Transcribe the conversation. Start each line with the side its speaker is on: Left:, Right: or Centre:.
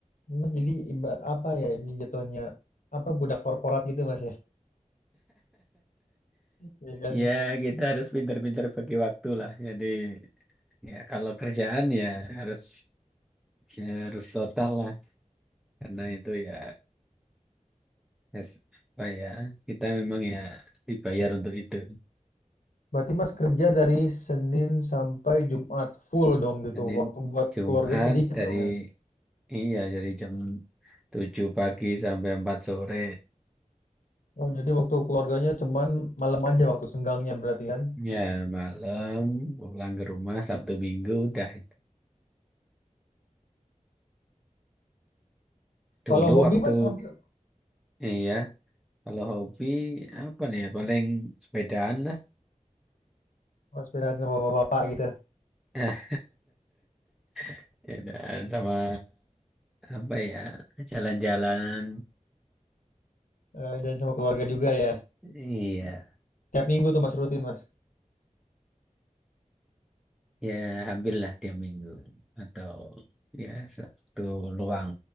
Left: Mas jadi iba- apa ya ini jatuhnya? Apa budak korporat gitu Mas ya? Iya kan?
Centre: Ya kita harus pintar-pintar bagi waktu lah. Jadi ya kalau kerjaan ya harus ya harus total lah. Karena itu ya es- apa ya kita memang ya dibayar untuk itu.
Left: Berarti Mas kerja dari Senin sampai Jumat, full dong gitu.
Centre: Senin
Left: Waktu buat
Centre: Jumat
Left: keluarga sedikit
Centre: dari
Left: dong ya?
Centre: iya dari jam tujuh pagi sampai 4 sore.
Left: Oh, jadi waktu keluarganya cuman malam aja waktu senggangnya berarti kan?
Centre: Ya, malam pulang ke rumah Sabtu Minggu udah itu. Dulu
Left: Kalau hobi
Centre: waktu
Left: Mas, hobi
Centre: iya, kalau hobi apa nih ya paling sepedaan lah.
Left: mas sepedaan sama bapak-bapak gitu.
Centre: Nah, <laughs> sepedaan sama apa ya? Jalan-jalan.
Left: Eh, dan sama keluarga juga ya.
Centre: Iya,
Left: Tiap minggu tuh Mas rutin Mas.
Centre: ya hampir lah tiap minggu atau ya Sabtu luang